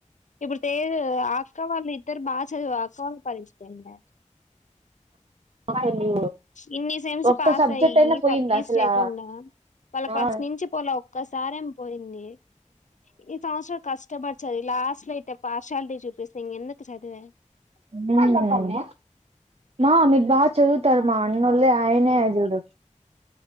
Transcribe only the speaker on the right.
అసలు
ఒక్క
సబ్జెక్ట్
అయినా
పోయిందా
అసలా
ఆ
ఉమ్ మా మీర్ బాగ్చదువుతార్‌ మా అన్నోలే అయనే జూడు